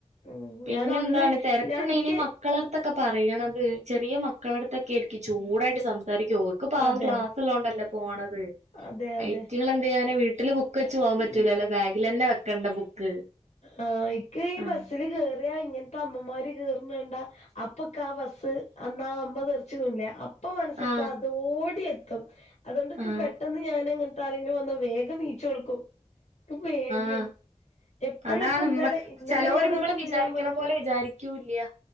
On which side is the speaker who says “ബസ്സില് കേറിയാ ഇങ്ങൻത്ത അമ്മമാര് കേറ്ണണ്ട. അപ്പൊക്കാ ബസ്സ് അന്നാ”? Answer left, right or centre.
Left